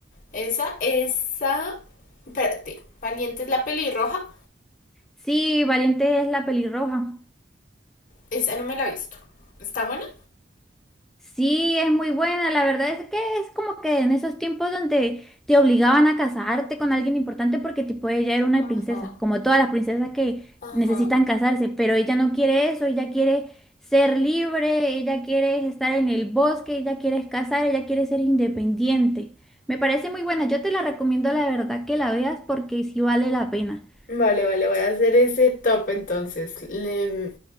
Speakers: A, on the left; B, in the centre.
A: Esa, esa. Espérate, Valiente es la pelirroja.
B: Sí, Valiente es la pelirroja.
A: Esa no me la he visto. ¿Está buena?
B: Sí, es muy buena. La verdad es que es como que en esos tiempos donde te obligaban a casarte con alguien importante porque tipo ella era una
A: Ajá,
B: princesa, como todas las princesas que
A: ajá.
B: necesitan casarse, pero ella no quiere eso, ella quiere ser libre, ella quiere estar en el bosque, ella quiere casar, ella quiere ser independiente. Me parece muy buena. Yo te la recomiendo, la verdad, que la veas porque sí vale la pena.
A: Vale, vale, voy a hacer ese top entonces. Le-